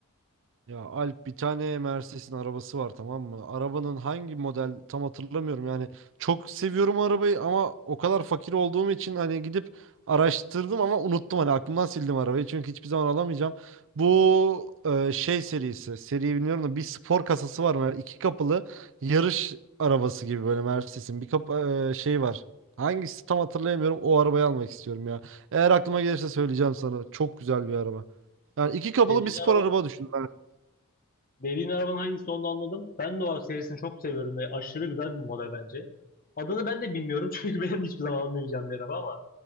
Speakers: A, on the right; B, on the left.
A: Ya Alp bir tane Mercedes'in arabası var tamam mı? Arabanın hangi model tam hatırlamıyorum yani. Çok seviyorum arabayı ama o kadar fakir olduğum için hani gidip araştırdım ama unuttum hani aklımdan sildim arabayı çünkü hiçbir zaman alamayacağım. Bu e, şey serisi, seriyi bilmiyorum da bir spor kasası var mı? İki kapılı yarış arabası gibi böyle Mercedes'in bir kap e, şey var. Hangisi tam hatırlayamıyorum. O arabayı almak istiyorum ya. Eğer aklıma gelirse söyleyeceğim sana. Çok güzel bir araba. Yani iki kapılı
B: Dediğin
A: bir spor
B: araba,
A: araba düşün
B: dediğin arabanın hangisi olduğunu anladım. Ben de o serisini çok seviyorum ve aşırı güzel bir model bence. Adını ben de bilmiyorum <laughs> çünkü ben hiçbir zaman anlamayacağım bir araba ama